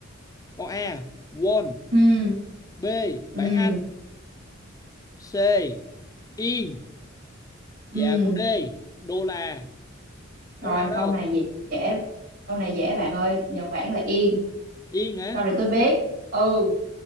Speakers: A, on the left (about 15°); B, on the right (about 65°).
A: câu A, won,
B: ừ
A: B,
B: ừ
A: bảng Anh, C, yên Dạ
B: ừ
A: cô D Đô la Con
B: rồi
A: nào đâu
B: câu này dễ dễ. câu này dễ bạn ơi Nhật Bản là yên
A: Yên hả
B: câu này tôi biết ừ